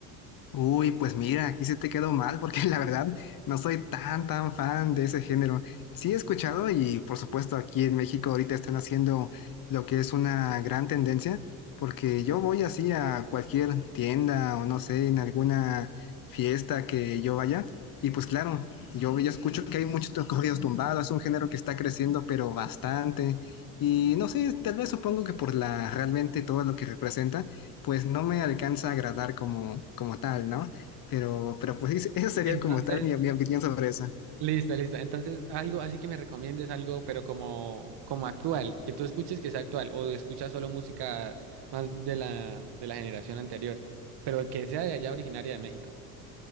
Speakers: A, on the left (about 45°); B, on the right (about 55°).
A: Uy, pues mira, aquí se te quedó mal porque <laughs> la verdad no soy tan, tan fan de ese género. Sí he escuchado y por supuesto aquí en México ahorita están haciendo lo que es una gran tendencia porque yo voy así a cualquier tienda o no sé, en alguna fiesta que yo vaya y pues claro, yo ya escucho que hay muchos corridos tumbados, es un género que está creciendo pero bastante y no sé, tal vez supongo que por la realmente todo lo que representa. pues no me alcanza a agradar como, como tal, ¿no? Pero, pero pues es- esa sería
B: Entonces,
A: como tal mi, mi opinión sobre esa.
B: listo, listo. Entonces, algo así que me recomiendes algo, pero como, como actual, que tú escuches que sea actual o escuchas solo música más de la, de la generación anterior, pero que sea de allá originaria de México.